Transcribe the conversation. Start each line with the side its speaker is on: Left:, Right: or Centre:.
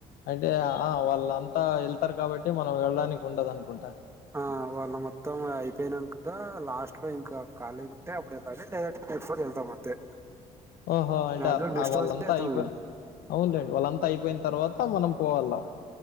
Left: అంటే ఆ వాళ్ళంతా వెళ్తారు కాబట్టి మనం వెళ్ళడానికి ఉండదు అనుకుంటా
Right: ఆ వాళ్ళ మొత్తం అయిపోయినాక లాస్ట్ లో ఇంకా కఖళీగా ఉంటే అప్పుడు వెళ్ళాలి లేదంటే నెక్స్ట్ లో వెళ్తాం అంతే
Left: ఓహో అంటే
Right: మాక్సిమం నెక్స్ట్
Left: వాళ్ళంతా
Right: రోజే వెళ్తాం
Left: అయిపోయి
Right: మేము
Left: అవునులేండి వాళ్ళంతా అయిపోయిన తర్వాత మనం పోవాలా బ